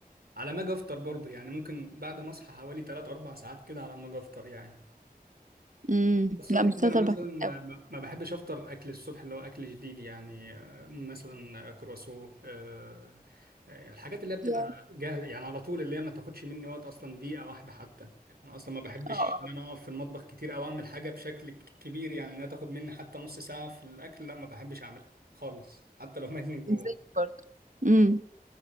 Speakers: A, on the right (about 80°); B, on the right (about 55°).
A: على ما اجي افطر برضه يعني ممكن بعد ما اصحى حوالي 3 4 ساعات كده على ما اجي افطر يعني
B: مم.
A: الصبح
B: لا مش
A: كده
B: تلات
A: انا مثلا
B: أربع ساعات أوي
A: ما ما بحبش افطر اكل الصبح اللي هو اكل جديد يعني آه، مثلا كرواسو آه، آه، الحاجات اللي هي بتبقى
B: yeah.
A: جاهزه يعني على طول اللي هي ما تاخدش مني وقت اصلا دقيقه واحده حتى يعني انا اصلا ما بحبش
B: اه اه
A: ان انا اقف في المطبخ كتير او اعمل حاجه بشكل ك- كبير يعني انها تاخد مني حتى نص ساعه في الاكل لا ما بحبش اعملها خالص حتى لو مات من جوع
B: زي برضو مم.